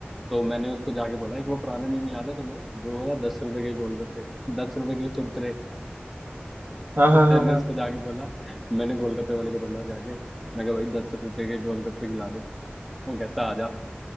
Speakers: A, in the centre; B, on the right.
A: तो मैंने उसको जाके बोला एक वो पुराना मीम याद है तुम्हें जो है दस रुपए के गोलगप्पे दस रुपए के चुरचुरे <laughs>
B: हाँ हाँ
A: मैंने
B: हाँ हाँ
A: उसको जाके बोला मैंने गोलगप्पे वाले को बोला जाके मैं कहा भाई दस रुपए के गोलगप्पे खिला वो कहता आजा